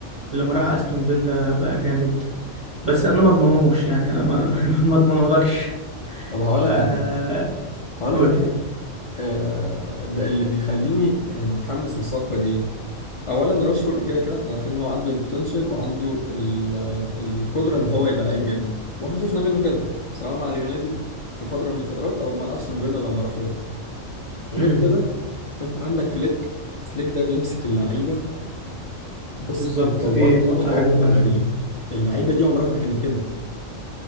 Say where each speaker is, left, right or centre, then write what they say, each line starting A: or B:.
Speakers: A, on the left (about 25°); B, on the left (about 55°).
A: لما راح استون فيلا بقى جامد بس انا ما اضمنوش يعني انا ما <laughs> ما اضمنهولكش
B: طب هقول لك
A: آه
B: على حاجة هقول
A: قول
B: لك على
A: لي
B: حاجة آه ده اللي بيخليني يعني متحمس للصفقة دي إيه؟ أولا راشفورد كده كده احنا عارفين إن هو عنده البوتنشال وعنده ال- القدرة إن هو يبقى لعيب جامد واحنا شفنا منه كده سواء مع اليونايتد في فترة من الفترات أو مع أستون فيلا لما راح لهم غير
A: مم.
B: كده أنت عندك فليك فليك ده بيمسك اللعيبة بص
A: بالظبط
B: يطورهم
A: دي نقطة
B: تطور
A: حلوة فعلا
B: غريب اللعيبه دي عمرها ما كانت كده